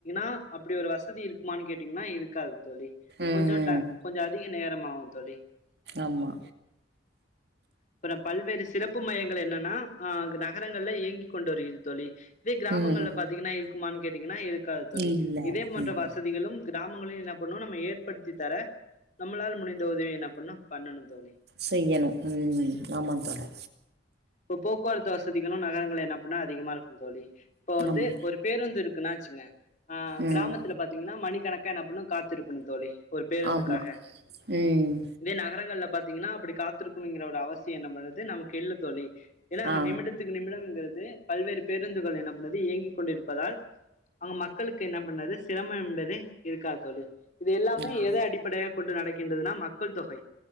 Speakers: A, on the left (about 40°); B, on the right (about 60°).
A: ஆ அப்டி ஒரு வசதி இருக்குமானு கேட்டீங்கனா இருக்காது தோலி
B: ம்.
A: கொஞ்சட கொஞ்சோ அதிக நேரமாகு தோலி
B: ஆமா.
A: அப்றம் பல்வேறு சிறப்பு மையங்கள் என்னன்னா ஆ நகரங்கள்ல இயங்கி கொண்டு வருகிது தோலி இதே கிராமங்கள்ல
B: ம்.
A: பாத்தீங்கன்னா இ குமானு கேட்டீங்கன்னா இருக் காது தோழி.
B: இல்ல.
A: இதே மோன்ற
B: ம்.
A: வசதிகளும் கிராமங்களி என்ன பண்ணும் நம்ம ஏற்படுத்தி தர நம்மளால் முடிந்த உதவி என்ன பண்ணும் பண்ணனும் தோழி.
B: செய்யணும் உம் ஆமந் தோழா
A: இப்போ போக்குவரத்து வசதிகளு நகரங்கள் என்ன பின்னா அதிகமா இருக்கும் தோழி. இப்போ வந்து
B: ஆமா
A: ஒரு பேருந்து இருக் இருக்குனாச்சுங்க ஆ
B: ம்
A: கிராமத்துல பாத்தீங்ன்னா மணிக் கணக்க நபுனு காத்திருப் க்குனு தோழி ஒரு பேருந்துக்காக
B: ஆமா ம்
A: இதே நகரங்கள்ல பாத்தீங்கன்னா அப்டி காத்துருக்ணுங்கிற ஒரு அவசியம்நம்றது நமக்கு இல்ல தோ ஏனா அங்க
B: ஆ
A: நிமிடத்துக்கு நிமிடம்ங்கிற து பல்வேறு பேருந்துகள் என்ன பண்ணுது இயங்கிக் கொண்டிருப்பதால் அங்க மக்களுக்கு என்ன பண்னது சிரமம் என்பதே இருக்கா தோழி இது எல்லாமே
B: ஆ
A: எத அடிப்படைய கொண்டு நடக்கின்றதுனா மக்கள் தொகை